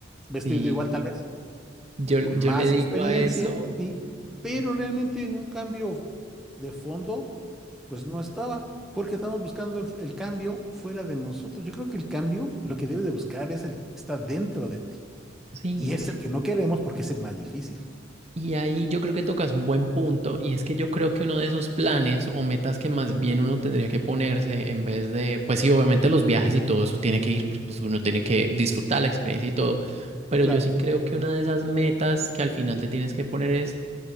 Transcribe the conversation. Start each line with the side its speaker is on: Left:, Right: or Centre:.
Centre: vestido
Right: sí.
Centre: igual tal vez,
Right: Yo,
Centre: con
Right: yo
Centre: más
Right: le digo
Centre: experiencia,
Right: a eso.
Centre: sí, pero
Right: ah,
Centre: realmente en un cambio de fondo pues no estaba, porque estamos buscando el, el cambio fuera de nosotros. Yo creo que el cambio lo que debes de buscar es el que está dentro de ti.
Right: Sí.
Centre: Y es el que no queremos porque es el más difícil.
Right: Y ahí yo creo que tocas un buen punto, y es que yo creo que uno de esos planes o metas que más bien uno tendría que ponerse en vez de, pues sí, obviamente los viajes y todo eso tiene que ir, porque, pues uno tiene que disfrutar la experiencia y todo, pero
Centre: Claro,
Right: yo sí creo Claro. que una de esas metas que al final te tienes que poner es